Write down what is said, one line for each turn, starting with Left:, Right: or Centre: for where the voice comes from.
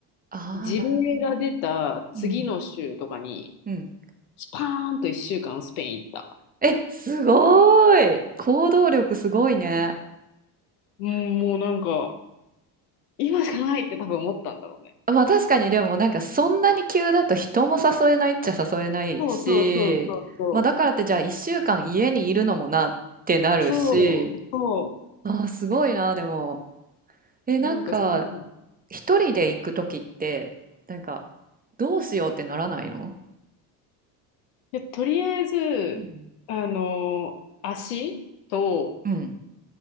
Right: ああ、
Left: 事例が出た次の週とかに、
Right: なるほどね。うん、うん。
Left: スパーンと1週間スペイン行った。
Right: え、すごーい。行動力すごいね。
Left: うんもうなんか、今しかないって多分思ったんだろうね。
Right: まあ確かにでもなんかそんなに急だと人も誘えないっちゃ誘えないし、
Left: そうそうそうそうそう。
Right: まあだからってじゃあ一週間家にいるのもなってなるし、
Left: そう、そ
Right: ああ、すごいな、でも。え、なんか、
Left: う、なんかそんなの。
Right: 一人で行く時って、なんか、どうしようってならないの
Left: で、とりあえず、
Right: うん。
Left: あの、足と
Right: うん。